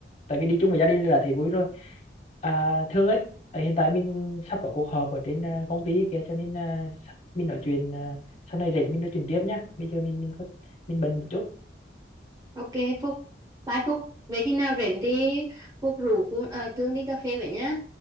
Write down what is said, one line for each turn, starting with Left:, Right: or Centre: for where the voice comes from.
Left: tại vì đi chung với gia đình là thấy vui rồi à, thương ấy à, hiện tại mình sắp có cuộc họp ở trên à, công ty kia cho nên à, sắp- mình nói chuyện à, sau này rảnh mình nói chuyện tiếp nhá bây giờ mình mình có mình bận một chút
Right: Ok Phúc, bye Phúc. Vậy khi nào rảnh thì Phúc rủ Phương, à, Thương đi cà phê vậy nhá.